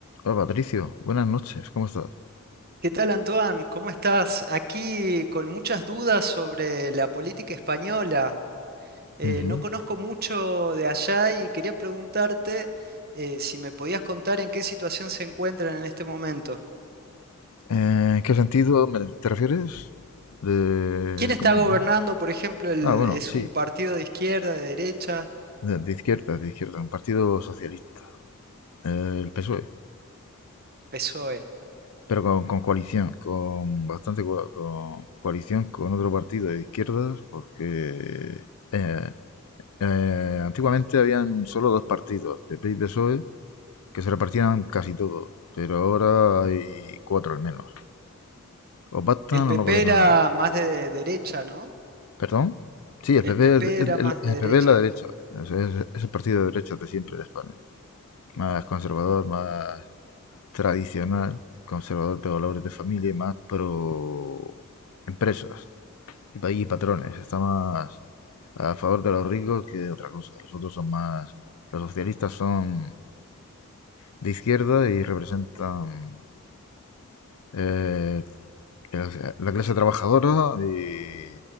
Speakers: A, on the left; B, on the right.
A: Hola Patricio, buenas noches, ¿cómo estás?
B: ¿Qué tal, Antoine? ¿Cómo estás? Aquí con muchas dudas sobre la política española. Eh,
A: Ujú.
B: no conozco mucho de allá y quería preguntarte eh, si me podías contar en qué situación se encuentran en este momento.
A: Eh, ¿qué sentido me- te refieres? De,
B: ¿Quién está
A: ¿cómo se
B: gobernando,
A: llama?
B: por ejemplo, el-
A: Ah, bueno,
B: es
A: sí,
B: un partido de izquierda, de derecha?
A: de, de izquierda, de izquierda, un partido socialista, eh, el PSOE,
B: PSOE.
A: pero con, con coalición, con bastante co- con coalición con otro partido de izquierdas, porque eh, eh, antiguamente habían solo dos partidos, PP y PSOE, que se repartían casi todo, pero ahora hay cuatro al menos. O pactan
B: El PP
A: o no gobierna
B: era
A: nadie.
B: más de derecha, ¿no?
A: ¿Perdón? Sí, el
B: El
A: PP
B: PP
A: es, es-
B: era más
A: el,
B: de derecha.
A: el PP es la derecha. Es, es- es el partido de derecha de siempre de España. Más conservador, más tradicional, conservador de valores de familia y más pro empresas y, pa- y patrones. Está más a favor de los ricos que de otra cosa. Los otros son más... Los socialistas son de izquierda y representan eh, la la clase trabajadora y